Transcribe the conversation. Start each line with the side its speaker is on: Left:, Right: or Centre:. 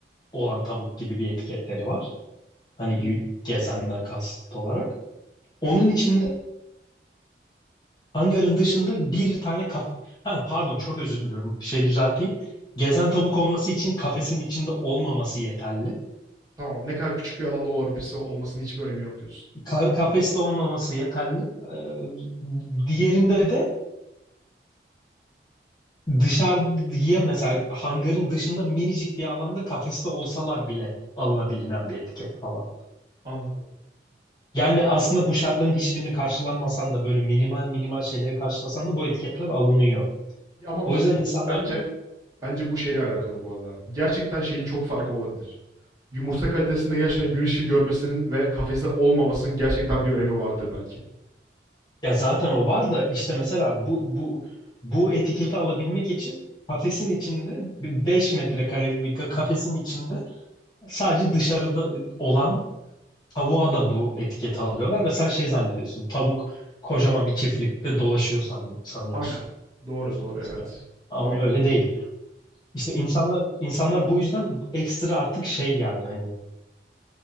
Left: olan tavuk gibi bir etiketleri var. Hani yü-
Right: Hımm.
Left: gezenden kasıt olarak. Onun içinde Hangarın dışında bir tane kaf... Ha, pardon çok özür diliyorum. Şey düzelteyim. Gezen tavuk olması için kafesin içinde olmaması yeterli.
Right: Tamam, ne kadar küçük bir alanda olabilirse olmasının hiçbir önemi yok diyorsun.
Left: Ka- kafeste olmaması yeterli. Ee, diğerinde de dışarıya mesela hangarın dışında minicik bir alanda kafeste olsalar bile alınabilinen bir etiket falan.
Right: Anladım.
Left: Yani aslında bu şartların hiçbirini karşılanmasan da böyle minimal minimal şeyleri karşılasan da bu etiketler alınıyor.
Right: Ya, ama
Left: O
Right: bir şey
Left: yüzden
Right: diyeyim
Left: insanlardan
Right: mi? Bence Bence bu şeyle alakalı bu arada. Gerçekten şeyin çok farkı olabilir. Yumurta kalitesinde gerçekten gün ışığı görmesinin ve kafeste olmamasının gerçekten bir önemi vardır belki.
Left: Ya zaten o var da işte mesela bu bu bu etiketi alabilmek için kafesin içinde bir 5 metrekarelik bir ka- kafesin içinde sadece dışarıda ıı, olan tavuğa da bu etiketi alıyorlar ve sen şey zannediyorsun tavuk kocaman bir çiftlikte dolaşıyor san- sanıyorsun
Right: Aynen. Doğru doğru
Left: mesela.
Right: evet.
Left: Ama
Right: Bunu bilmiyordum.
Left: öyle değil. İşte insanlar insanlar bu yüzden ekstra artık şey yani hani